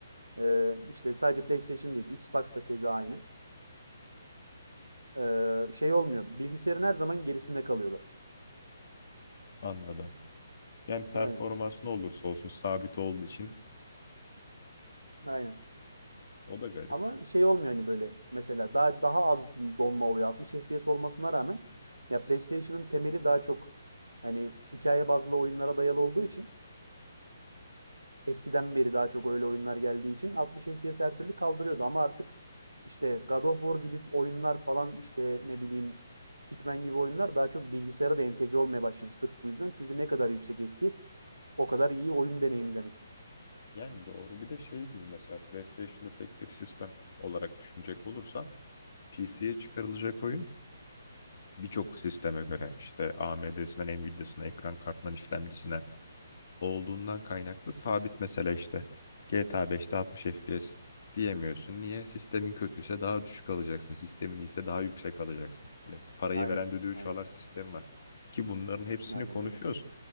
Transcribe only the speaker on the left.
Anladım. Yani performans
ne olursa olsun sabit olduğu için
o da garip.
Yani doğru. Bir de şey gibi mesela PlayStation'da tek bir sistem olarak düşünecek olursan PC'ye çıkarılacak oyun birçok sisteme göre işte AMD'sinden Nvidia'sına, ekran kartından işlemcisine olduğundan kaynaklı sabit mesela işte GTA 5'te 60 FPS diyemiyorsun. Niye? Sistemin kötüyse daha düşük alacaksın. Sistemin iyiyse daha yüksek alacaksın. Hani parayı
veren düdüğü
çalar sistem var. Ki bunların hepsini
konuşuyoruz.